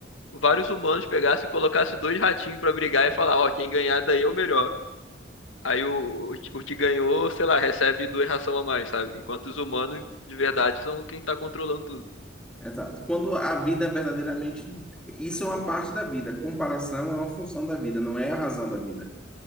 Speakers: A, on the left; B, in the centre.
A: vários humanos pegassem e colocassem dois ratinhos pra brigar e falar, ó, quem ganhar daí é o melhor. Aí o, o, que o que ganhou, sei lá, recebe duas ração a mais, sabe? Enquanto os humanos, de verdade, são quem tá controlando tudo.
B: Exato. Quando a vida é verdadeiramente. Isso é uma parte da vida. Comparação é uma função da vida, não é a razão da vida,